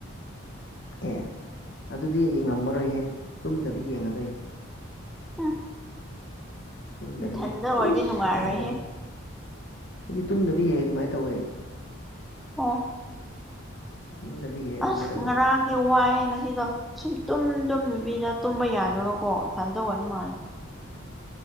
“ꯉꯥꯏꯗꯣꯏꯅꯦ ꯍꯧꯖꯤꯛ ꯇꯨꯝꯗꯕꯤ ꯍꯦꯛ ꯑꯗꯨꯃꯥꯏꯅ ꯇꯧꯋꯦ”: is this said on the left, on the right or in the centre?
Left